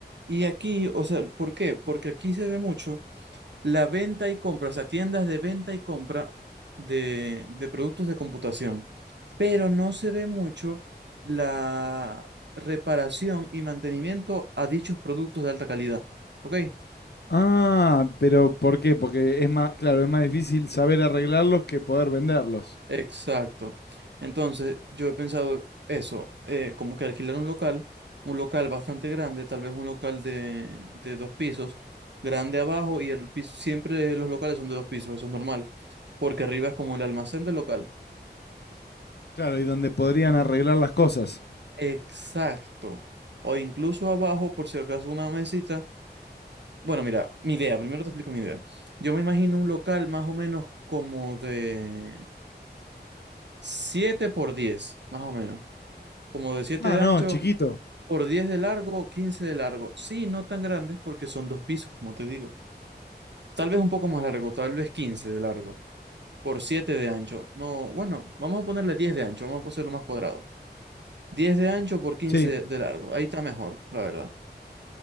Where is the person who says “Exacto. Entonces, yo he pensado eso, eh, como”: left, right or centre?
Right